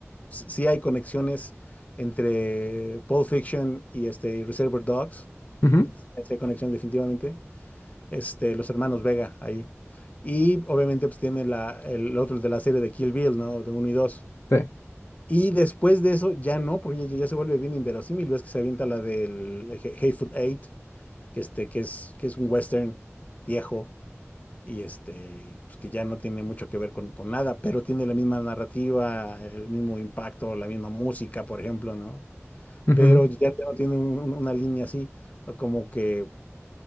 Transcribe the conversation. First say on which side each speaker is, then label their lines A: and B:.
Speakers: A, on the left (about 30°); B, on the left (about 65°).
A: s- sí hay conexiones entre Pulp Fiction y este, Reservoir Dogs.
B: Ujú,
A: Sí hay conexión definitivamente. este, los hermanos Vega ahí. Y obviamente pues tiene la, el otro de la serie de Kill Bill, ¿no? De uno y dos
B: Sí.
A: Y después de eso ya no, porque ya, ya se vuelve bien inverosímil, ves que se avienta la del He- Hateful Eight, que, este, que, es, que es un western viejo y este, pues, que ya no tiene mucho que ver con, con nada, pero tiene la misma narrativa, el mismo impacto, la misma música, por ejemplo, ¿no?
B: ujú,
A: Pero ya, ya no tiene un- una línea así, como que